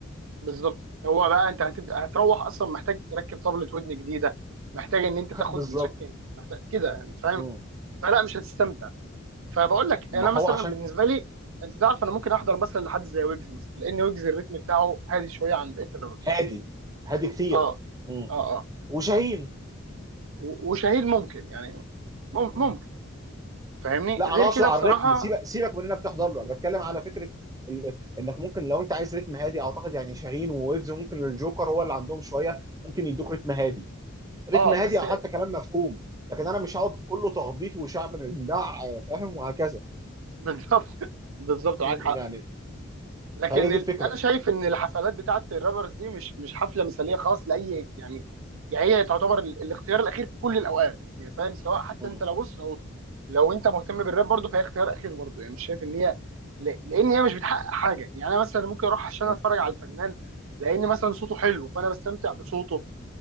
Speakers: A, on the right; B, on the right.
A: بالظبط هو بقى انت هتبقى هتروح اصلا محتاج تركب طبلة ودن جديده محتاج ان انت
B: <laughs>
A: تاخد
B: بالظبط
A: مسكن محتاج كده يعني فاهم
B: مم.
A: فلا مش هتستمتع فبقول لك
B: ما
A: انا
B: هو
A: مثلا
B: عشان
A: بالنسبه لي انت تعرف انا ممكن احضر مثلا لحد زي ويجز مثلا لان ويجز الريتم بتاعه هادي شويه عن بقيه الرابرز
B: هادي هادي كتير
A: اه
B: مم.
A: اه اه
B: وشاهين
A: و- وشاهين ممكن يعني مم- ممكن
B: أم.
A: فاهمني
B: لا
A: غير
B: انا اقصد
A: كده
B: على
A: بصراحه
B: الريتم سيبك سيبك من انك تحضر له انا بتكلم على فكره ال... انك ممكن لو انت عايز ريتم هادي اعتقد يعني شاهين وويجز وممكن الجوكر هو اللي عندهم شويه ممكن يدوك ريتم هادي ريتم
A: اه
B: هادي
A: بس
B: او
A: <laughs>
B: حتى كلام مفهوم لكن انا مش هقعد كله تخبيط وشعب بندع فاهم وهكذا
A: بالظبط بالظبط معاك
B: مم،
A: حق
B: يعني
A: لكن
B: فهي دي
A: ال...
B: الفكره
A: انا شايف ان الحفلات بتاعه الرابرز دي مش مش حفله مثاليه خالص لاي يعني يعني هي تعتبر ال... الاختيار الاخير في كل الاوقات يعني فاهم سواء حتى
B: مم،
A: انت لو بص لو لو انت مهتم بالراب برضه فهي اختيار اخير برضه يعني مش شايف ان هي ل... لان هي مش بتحقق حاجه يعني انا مثلا ممكن اروح عشان
B: مم،
A: اتفرج على الفنان لان مثلا صوته حلو فانا بستمتع بصوته